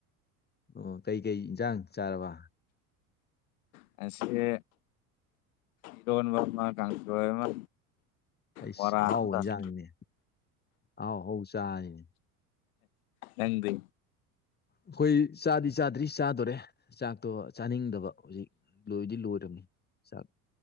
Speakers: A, on the left; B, on the left.
A: ꯑꯣ ꯀꯩꯀꯩ ꯏꯟꯖꯥꯡ ꯆꯥꯔꯕ
B: ꯉꯁꯤ ꯏꯔꯣꯟꯕ ꯑꯃ ꯀꯥꯡꯁꯣꯏ ꯑꯃ
A: ꯑꯩꯁ
B: ꯕꯣꯔꯥ
A: ꯑꯍꯥꯎ
B: ꯑꯃ ꯇꯧꯔꯦ
A: ꯍꯟꯖꯥꯡꯅꯦ ꯑꯍꯥꯎ ꯍꯧꯥꯎ ꯆꯥꯔꯤꯅꯦ
B: ꯅꯪꯗꯤ
A: ꯑꯩꯈꯣꯏ ꯆꯥꯗꯤ ꯆꯥꯗ꯭ꯔꯤ ꯆꯥꯗꯣꯔꯦ ꯆꯥꯛꯇꯣ ꯆꯥꯅꯤꯡꯗꯕ ꯍꯧꯖꯤꯛ ꯂꯣꯏꯗꯤ ꯂꯣꯏꯅꯤꯥꯛ